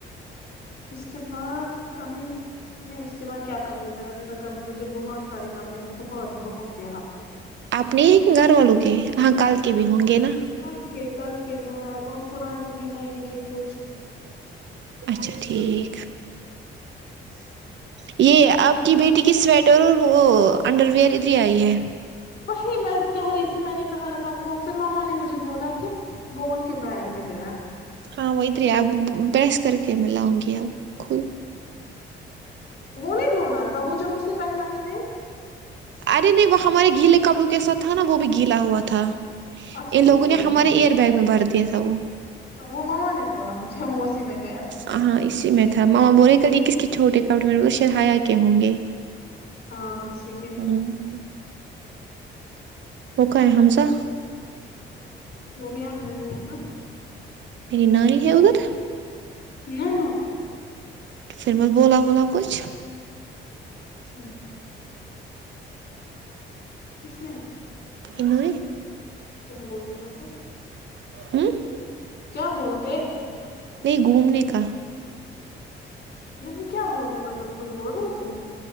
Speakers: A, on the left; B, on the right.
A: اس کے بعد ابھی نہیں اس کے بعد کیا کر رہی ہوں میں نے ابھی کہا مجھے بہت سارے کپڑے ہیں بہت بہت یہاں پہ
B: اپنے ہی کہ گھر والوں کے ہاں کل کے بھی ہوں گے نا
A: کل کے کل کے ہیں اور پرانے بھی ہیں ان کے کچھ
B: اچھا ٹھیک یہ آپ کی بیٹی کی سویٹر اور وہ انڈر ویئر ادھر ہی آئی ہے
A: وہی میں کہہ رہی تھی میں نے کہاں رکھا وہ پھر مما نے مجھے بولا کہ وہ ان کے بیگ میں گیا
B: ہاں وہتری آب پریس کرکے ملاؤں گی خود
A: وہ نہیں دھونا تھا وہ جب اس نے پہنا ہی نہیں
B: ارے نہیں وہ ہمارے گیلے کپڑو کے ساتھ تھا نا وہ بھی گیلا ہوا تھا
A: اچھا
B: ان
A: اچھا
B: لوگوں
A: ٹھیک
B: نے ہمارے ایئر بیگ میں بھر دیا تھا وہ
A: وہ مما نے بولا مجھے وہ اسی میں گیا
B: ہاںاں اسی میں تھا ماما بولے کہ یہ کس کے چھوٹے کپڑے میں نے کہا شہایا کے ہوں گے
A: ہاں اسی کے
B: ہمم
A: ہیں
B: وہ کا ہے حمزہ
A: وہ بھی اندر ہی ہوگا
B: میری نانی ہے ادھر
A: نہ نہ
B: پھر میں بولا ولا کچھ
A: اچھا کس نے
B: انہ ہی <unintelligible>
A: کیا بول دے نہ پھر
B: ہوں
A: کیا بولتے
B: نہی گھومنے کا
A: نہیں کیا بولتے مطلب کچھ بول رہے تھے